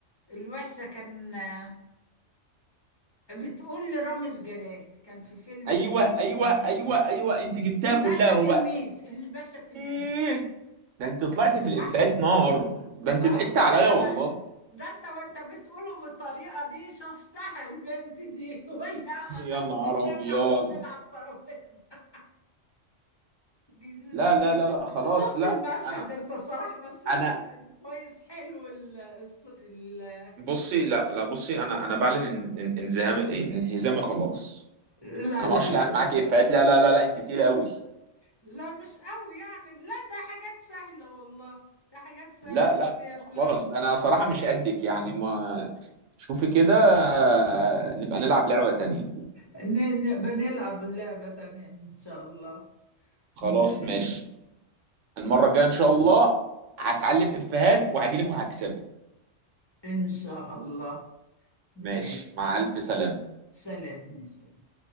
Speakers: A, on the left (about 25°); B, on the right (about 80°).
A: الوحشة كان آه، بتقول لرامز جلال كان في فيلم
B: ايوه ايوه
A: آه،
B: ايوه ايوه انت جبتها
A: الباشا
B: كلها اهو
A: تلميذ
B: بقى
A: الباشا تلميذ
B: إيه؟ ده انت طلعت
A: مش
B: في الافيهات
A: صح؟
B: نار ده انت
A: اه
B: ضحكت
A: لا
B: عليا
A: ده
B: والله
A: انا ده انت وانت بتقوله بالطريقه دي شفتها البنت دي <laughs> وهي
B: يا نهار
A: بتتدلع
B: ابيض
A: وتمل على الترابيزه جيز- انا
B: لا لا
A: شفت
B: لا لا خلاص
A: شفت
B: لا
A: المشهد
B: انا
A: انت الصراحه مثلت
B: انا
A: بالفويس حلو ال... الص- ال...
B: بصي لا لا بصي انا انا بعلن ان- ان- انزهامي إيه، انهزامي خلاص
A: لا
B: انا
A: لا
B: ما اعرفش
A: لا
B: العب
A: لا
B: معاك
A: لا
B: افيهات لا لا لا لا انت تقيله قوي
A: لا مش قوي يعني لا ده حاجات سهله والله ده حاجات سهله
B: لا لا
A: في افلام
B: خلاص انا صراحه مش قدك يعني ما شوفي كده آه، نبقى نلعب لعبه تانية
A: ن- ن- بنلعب لعبه تانيه ان شاء الله
B: خلاص
A: ماشي
B: ماشي المره الجايه ان شاء الله هتعلم افيهات وهجيلك وهكسبك
A: إن شاء الله ماشي
B: ماشي مع الف سلامه
A: سلام مع السلامة.